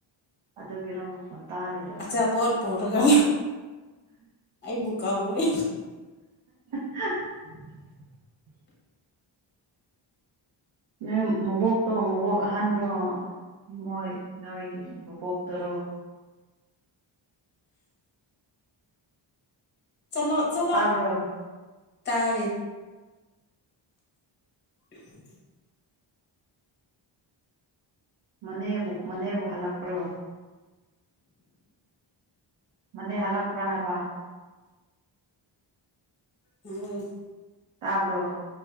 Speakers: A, on the right; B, on the left.
A: ꯑꯗꯨꯒꯤꯔꯣ ꯃꯈꯣꯟ ꯇꯥꯔꯤꯗꯣ
B: ꯑꯆꯥ ꯄꯣꯠ ꯄꯔꯒ ꯑꯩ ꯄꯨꯕꯨꯀꯥꯎꯦ
A: <unintelligible> ꯅꯣꯏ ꯃꯕꯣꯛꯇꯣ ꯃꯕꯣꯛ ꯑꯍꯟ꯭ꯔꯣ ꯃꯣꯏ ꯅꯣꯏꯕꯣꯛꯇꯔꯣ
B: ꯆꯂꯣ ꯆꯂꯣ
A: ꯇꯥꯕ꯭ꯔꯣ
B: ꯇꯥꯏꯌꯦ <unintelligible>
A: ꯃꯅꯦꯕꯨ ꯃꯅꯦꯕꯨ ꯍꯜꯂꯛꯄ꯭ꯔꯣ ꯃꯅꯦ ꯍꯜꯂꯛꯄ꯭ꯔꯥ ꯍꯥꯏꯕ
B: ꯎ
A: ꯇꯥꯕ꯭ꯔꯣ